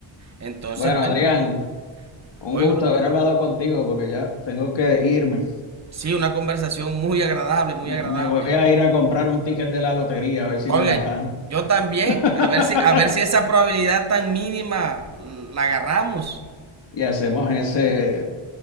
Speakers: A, on the right (about 35°); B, on the left (about 60°).
A: Entonces,
B: Bueno,
A: bueno,
B: Adrián, un
A: hoy
B: gusto haber hablado contigo porque ya tengo que irme.
A: sí, una conversación muy agradable, muy
B: Me,
A: agradable.
B: me voy a ir a comprar un ticket de la lotería a ver si
A: Oiga,
B: me la gano.
A: yo también,
B: <laughs>
A: a ver si, a ver si esa probabilidad tan mínima la agarramos.
B: Y hacemos ese